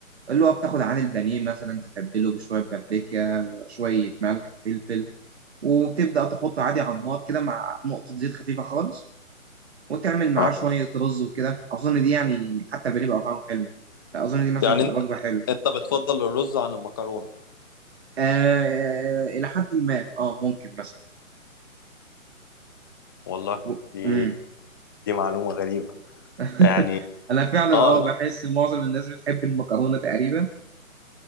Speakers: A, on the right (about 50°); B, on the left (about 15°).
A: اللي هو بتاخد عن البانيه مثلا تتبله بشوية بابريكا شوية ملح فلفل وبتبدأ تحط عادي على النار كده مع نقطة زيت خفيفة خالص وتعمل معاه
B: اه
A: شوية رز وكده أظن دي يعني حتى البانيه بقى طعمه حلو يعني فأظن دي مثلا
B: يعني
A: تبقى
B: أنت
A: وجبة حلوة
B: أنت بتفضل الرز عن المكرونة
A: آه آه، إلى حد ما أه ممكن مثلا
B: والله
A: و...
B: دي
A: مم.
B: دي معلومة غريبة
A: <laughs>
B: يعني
A: أنا فعلا
B: آه
A: أه
B: لا
A: بحس معظم الناس بتحب المكرونة تقريبا